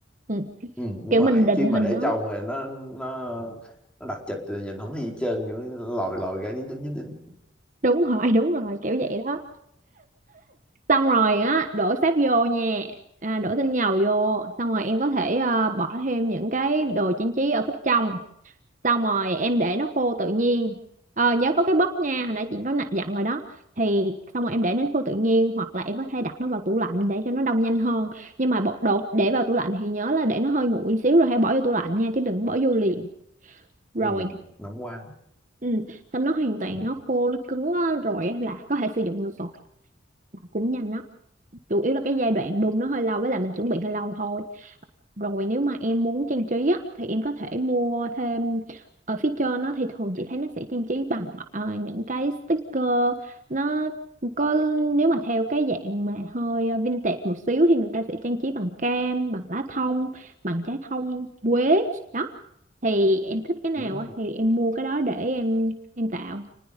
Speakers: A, on the right (about 40°); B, in the centre.
A: ừ.
B: ừ, đúng
A: kiểu
B: rồi
A: mình định
B: chứ mà
A: hình
B: để
A: nó
B: trồng rồi nó nó nó đặc trịch rồi nhìn không thấy gì hết trơn kiểu lòi lòi ra dính dính dính dính
A: đúng rồi <laughs> đúng rồi kiểu vậy đó xong rồi á đổ sáp vô nha à, đổ tinh dầu vô xong rồi em có thể ờ, bỏ thêm những cái đồ trang trí ở phía trong xong rồi em để nó khô tự nhiên ờ, nhớ có cái bất nha hồi nãy chị có nạ- dặn rồi đó thì xong rồi em để nó khô tự nhiên hoặc là em có thể đặt nó vào tủ lạnh để cho nó đông nhanh hơn nhưng mà bột đồ để vào tủ lạnh thì nhớ là để nó hơi nguội xíu rồi hãy bỏ vô tủ lạnh nha chứ đừng bỏ vô liền rồi
B: ừ, nóng quá
A: ừ. xong nó hoàn toàn
B: ừ.
A: nó khô nó cứng á, rồi á là có thể sử dụng được rồi Làm cũng nhanh đó chủ yếu là cái giai đoạn đun nó hơi lâu với là mình chuẩn bị hơi lâu thôi Rồi nếu mà em muốn trang trí á, thì em có thể mua thêm ở phía trên nó thì thường chị thấy nó sẽ trang trí bằng ờ, những cái sticker nó có nếu mà theo cái dạng mà hơi ờ, vintage một xíu thì người ta sẽ trang trí bằng cam, bằng lá thông, bằng trái thông, quế đó. Thì em thích cái nào
B: Ừ.
A: á thì em mua cái đó để em em tạo.